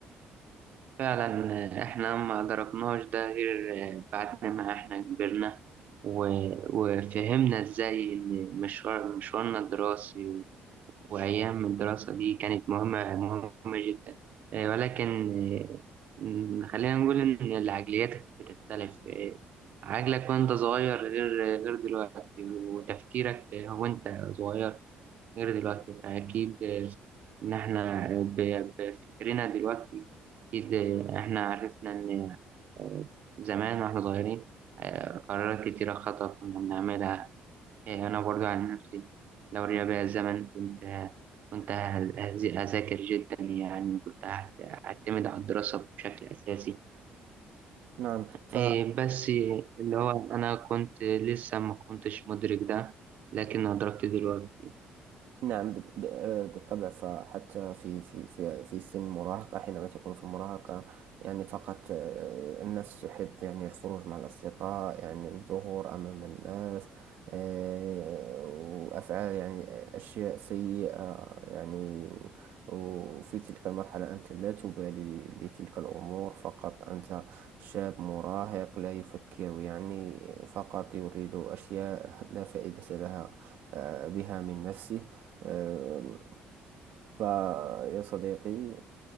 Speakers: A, on the right (about 45°); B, on the right (about 65°).
A: فعلا آه، إحنا ما أدركناش ده غير آه، بعد ما إحنا كبرنا و- وفهمنا إزاي إن مشوار مشوارنا الدراسي وأيام الدراسة دي كانت مهمة مهمة جدا آه، ولكن آه، م- خلينا نقول إن العقليات بتختلف آه، عقلك وأنت صغير غير غير دلوقتي وتفكيرك آه، وأنت صغير غير دلوقتي فأكيد آه، إن إحنا ب- بفكرنا دلوقتي أكيد آه، إحنا عرفنا إن آه، زمان واحنا صغيرين آه، قرارات كتيرة خطأ كنا بنعملها إيه، أنا برضو عن نفسي لو رجع بيا الزمن كنت كنت هز- هز- هذاكر جدا يعني كنت هعت- هعتمد على الدراسة بشكل أساسي
B: نعم ف
A: إيه، بس اللي هو أنا كنت لسه ما كنتش مدرك ده لكن أدركت دلوقتي
B: نعم بت- ب- آه، بالطبع فحتى في في في في سن المراهقة حينما تكون في المراهقة يعني فقط آه، النفس تحب يعني الخروج مع الأصدقاء يعني والظهور أمام الناس آه، وأفعال يعني أشياء سيئة يعني و- وفي تلك المرحلة أنت لا تبالي لتلك الأمور فقط أنت شاب مراهق لا يفكر يعني فقط يريد أشياء لا فائدة لها آه، بها من نفسه آه، فيا صديقي